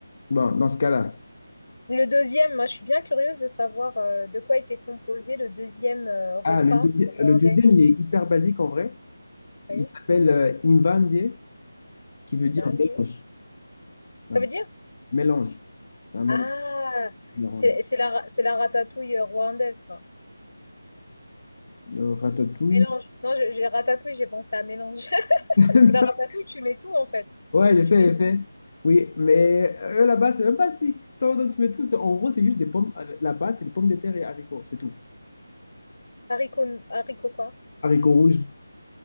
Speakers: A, on the left; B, on the left.
A: Bon, dans ce cas-là.
B: Le deuxième, moi, je suis bien curieuse de savoir euh, de quoi était composé le deuxième euh, repas
A: Ah, le, deuxi-
B: rwandais.
A: le deuxième, il est hyper basique en vrai.
B: Oui,
A: Il s'appelle euh, Imvandye, qui veut dire
B: Banje.
A: mélange. Ouais.
B: Ça veut dire?
A: Mélange. C'est un mélange
B: Ah,
A: néerlandais.
B: c'est c'est la, ra- c'est la ratatouille euh, rwandaise, quoi.
A: Euh, ratatouille.
B: Mélange. Non, je- j'ai ratatouille, j'ai pensé à mélange. <laughs>
A: <laughs>
B: Parce que la ratatouille, tu mets tout en fait.
A: Ouais, je sais,
B: Tu mets tout.
A: je sais. Oui, mais eux là-bas, c'est même pas si tant dont tu mets tout. c'est- En gros, c'est juste des pommes. euh, Là-bas, c'est des pommes de terre et haricots, c'est tout.
B: Haricots, haricots quoi?
A: Haricots rouges.